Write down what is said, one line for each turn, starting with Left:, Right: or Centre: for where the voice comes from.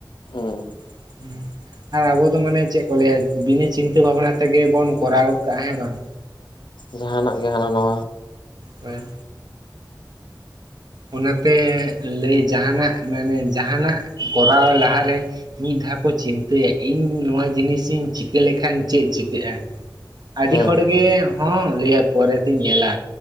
Left: ᱦᱩᱸ
Right: <inaudible> ᱟᱨ ᱟᱵᱚ ᱫᱚ ᱢᱟᱱᱮ ᱪᱮᱫ ᱠᱚ ᱞᱟᱹᱭᱟ ᱵᱤᱱᱟᱹ ᱪᱤᱱᱛᱟᱹ ᱵᱷᱟᱵᱱᱟ ᱛᱮᱜᱮ ᱵᱚᱱ ᱠᱚᱨᱟᱣ ᱜᱚᱫ ᱠᱟᱜᱼᱟ ᱦᱮᱸ ᱵᱟᱝ
Left: ᱡᱟᱦᱟᱱᱟᱜ ᱜᱮ ᱦᱟᱱᱟ ᱱᱚᱣᱟ
Right: ᱦᱳᱭ ᱚᱱᱟᱛᱮ ᱞᱟᱹᱭ ᱡᱟᱦᱟᱱᱟᱜ ᱢᱟᱱᱮ ᱡᱟᱦᱟᱱᱟᱜ ᱠᱚᱨᱟᱣ ᱞᱟᱦᱟᱨᱮ ᱢᱤᱫ ᱫᱷᱟᱣ ᱠᱚ ᱪᱤᱱᱛᱟᱹᱭᱟ ᱤᱧ ᱱᱚᱣᱟ ᱡᱤᱱᱤᱥ ᱤᱧ ᱪᱤᱠᱟᱹ ᱞᱮᱠᱷᱟᱱ ᱪᱮᱫ ᱪᱤᱠᱟᱹᱜᱼᱟ ᱟᱹᱰᱤ
Left: ᱦᱩᱸ
Right: ᱦᱚᱲ
Left: ᱦᱩᱸ
Right: ᱜᱮ ᱦᱚᱸ ᱞᱟᱹᱭ ᱯᱚᱨᱮᱛᱧ ᱧᱮᱞᱟ